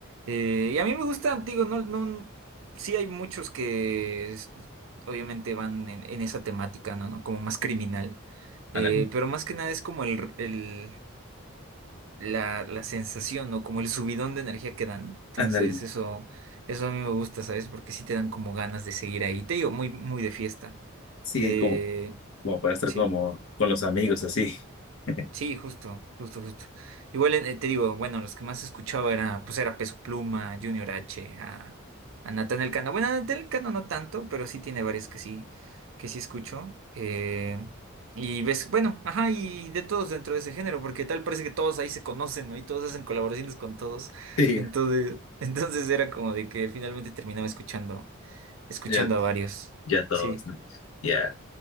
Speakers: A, on the right; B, on the left.
A: Eh, y a mí me gustan, digo, no, no. Sí hay muchos que es- obviamente van en, en esa temática, ¿no? ¿no? Como más criminal. Eh,
B: Ándale,
A: pero más que nada es como el, el la, la sensación o como el subidón de energía que dan. Entonces,
B: ándale.
A: eso, eso a mí me gusta, ¿sabes? Porque sí te dan como ganas de seguir ahí. Te digo, muy, muy de fiesta.
B: Sí,
A: Eh,
B: es como, como para estar
A: sí.
B: como con los amigos así. <laughs>
A: Sí, justo, justo, justo. Igual eh, te digo, bueno, los que más escuchaba era, pues era Peso Pluma, Junior H, a, a Natán Elcano. Bueno, a Natán Elcano no tanto, pero sí tiene varias que sí, que sí escucho. Eh, y ves, bueno, ajá, y de todos dentro de ese género, porque tal parece que todos ahí se conocen, ¿no? Y todos hacen colaboraciones con todos.
B: Sí,
A: Entonces, <laughs> entonces era como de que finalmente terminaba escuchando, escuchando
B: ya,
A: a varios.
B: ya todos,
A: Sí.
B: ¿no? Ya,